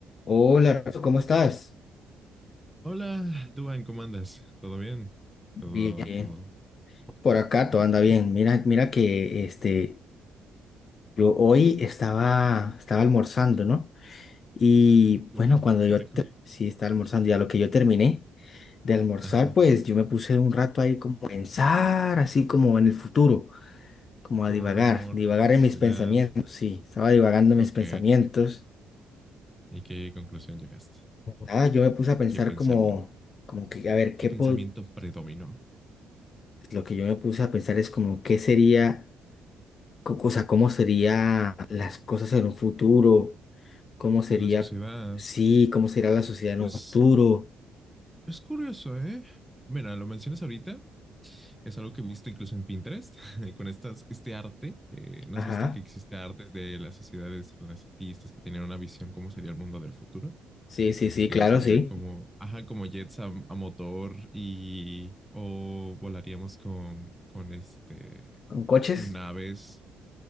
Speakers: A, on the left; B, in the centre.
A: Hola, Renzo, ¿cómo estás?
B: Hola, Duan, ¿cómo andas? ¿Todo bien?
A: Bien,
B: Todo,
A: bien.
B: todo.
A: Por
B: Bueno,
A: acá todo
B: ok.
A: anda bien. Mira, mira que este, yo hoy estaba, estaba almorzando, ¿no? Y
B: Uy,
A: bueno, cuando
B: qué
A: yo
B: rico.
A: ter- sí estaba almorzando, y a lo que yo terminé de almorzar,
B: Ajá.
A: pues yo me puse un rato ahí como a pensar, así como en el futuro, como a
B: ¿Cómo
A: divagar, divagar
B: reflexionar?
A: en mis pensamientos. Sí, estaba divagando
B: Ok.
A: en mis pensamientos.
B: ¿Y qué conclusión llegaste?
A: Ah, yo me puse a pensar
B: ¿Qué pensamiento?
A: como, como que, a ver, qué
B: ¿Qué pensamiento
A: po-
B: predominó
A: lo que yo me puse a pensar es como qué sería co- O sea, cómo serían las cosas en un futuro, cómo sería,
B: en la sociedad?
A: sí, cómo sería la sociedad en
B: Pues
A: un futuro.
B: es curioso, ¿eh? Mira, lo mencionas ahorita. Es algo que he visto incluso en Pinterest, <laughs> con estas, este arte. eh, ¿no
A: Ajá,
B: has visto que existe artes de las sociedades renacentistas que tenían una visión cómo sería el mundo del futuro?
A: sí, sí, sí,
B: que
A: claro,
B: sería
A: sí.
B: como, ajá, como jets a, a motor y o volaríamos con, con este,
A: ¿Con coches?
B: con aves.